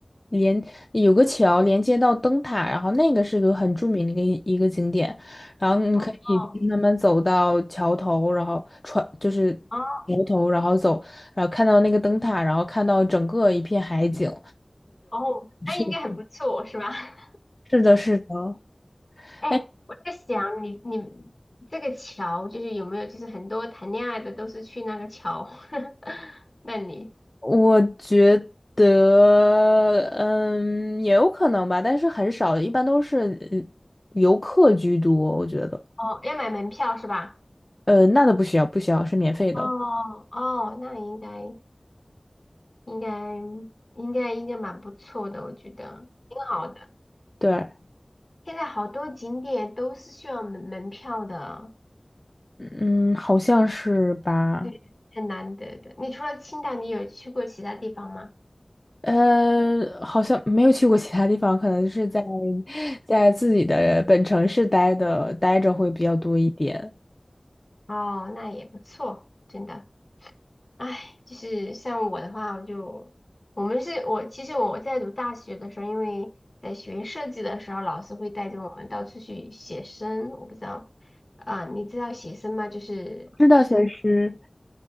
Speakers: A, on the left; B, on the left.
A: 连有个桥连接到灯塔，然后那个是个很著名的一个一个景点，然后你可以就是慢慢走到桥头，
B: 哦哦
A: 然后穿就是
B: 哦，
A: 桥头，然后走，然后看到那个灯塔，然后看到整个一片海景，
B: 哦那应该很不错，
A: 是
B: 是吧？
A: 是的，是的。
B: 哎，
A: 哎
B: 我在想你你这个桥就是有没有就是很多谈恋爱的都是去那个桥，<laughs> 那你
A: 我觉得，嗯，也有可能吧，但是很少，一般都是呃游客居多，我觉得。
B: 哦要买门票是吧？
A: 呃，那都不需要，不需要，是免费的。
B: 哦哦，那应该应该应该应该蛮不错的，我觉得挺好的。
A: 对，
B: 现在好多景点都是需要门门票的，
A: 嗯，好像是吧。
B: 对，很难得的。你除了青岛，你有去过其他地方吗？
A: 呃，好像没有去过其他地方，可能是在在自己的本城市待的待着会比较多一点。
B: 哦，那也不错，真的。唉，就是像我的话，我就我们是我其实我在读大学的时候，因为在学设计的时候，老师会带着我们到处去写生。我不知道啊，你知道写生吗？就是就是
A: 知道，其实。